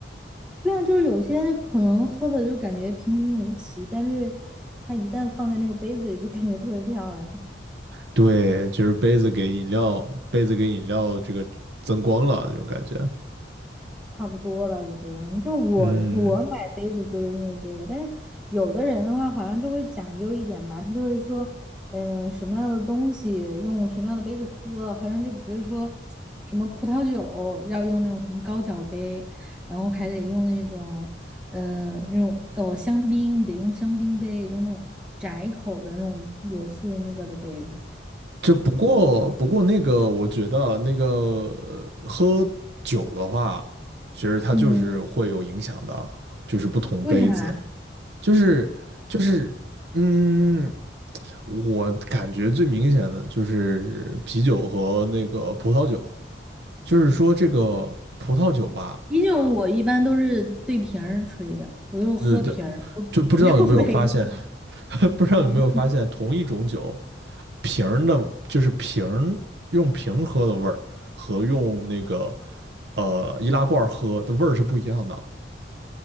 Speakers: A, in the centre; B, on the right.
A: 对啊，就是有些可能喝的就感觉平平无奇，但是它一旦放在那个杯子里，就感觉特别漂亮。
B: 对，就是杯子给饮料，杯子给饮料这个增光了这种感觉。
A: 差不多吧，我觉得，就我我买杯子就是因为这个，
B: 嗯，
A: 但是有的人的话好像就会讲究一点吧，他就会说，嗯、什么样的东西用什么样的杯子喝，好像就比如说什么葡萄酒要用那种什么高脚杯，然后还得用那种，呃，那种哦香槟得用香槟杯，就那种窄口的那种也是那个的杯子，
B: 这不过不过那个我觉得啊那个呃喝酒的话，其实它就是会有影响的啊，
A: 嗯，
B: 就是不同杯子。
A: 为啥？
B: 就是就是，嗯，我感觉最明显的就是啤酒和那个葡萄酒，就是说这个葡萄酒吧，
A: 啤酒我一般都是对瓶儿吹的，我都是喝瓶儿，
B: 呃，这
A: 我不用杯子。
B: 就不知道有没有发现，
A: <laughs>
B: <laughs> 不知道有没有发现，
A: 嗯，
B: 同一种酒瓶儿的，就是瓶儿用瓶儿喝的味儿和用那个呃易拉罐儿喝的味儿是不一样的。